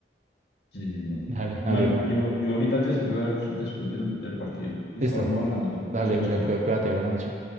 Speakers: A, on the left; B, on the right.
A: Sí, sí,
B: Dale,
A: sí.
B: dale.
A: Bueno,
B: ah,
A: yo, yo ahorita te escribo a ver después del, del partido que
B: Listo.
A: estábamos hablando.
B: Dale,
A: Chao,
B: Julián,
A: Oscar.
B: cuí- cuídate, buenas noches.